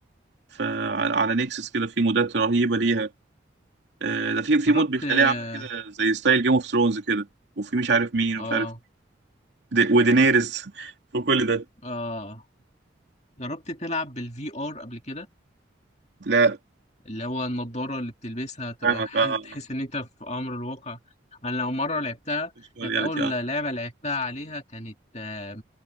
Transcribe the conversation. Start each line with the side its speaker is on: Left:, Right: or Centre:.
Right: فعلى على نيكسس كده في مودات رهيبه ليها آه، ده في في
Left: جربت
Right: مود بيخليها
Left: اه
Right: عامله كده زي ستايل جيم اوف ثرونز كده وفي مش عارف مين
Left: اه
Right: ومش عارف د- ودينيرز <laughs> وكل ده
Left: آه. جربت تلعب بالفي ار قبل كده
Right: لا
Left: اللي هو النضارة اللي بتلبسها تبقى
Right: فاهمك
Left: ح-
Right: اه
Left: تحس ان انت في امر الواقع انا لو مرة لعبتها
Right: مش كل
Left: كانت
Right: يا
Left: اول
Right: ريت، اه
Left: لعبة لعبتها عليها كانت آه،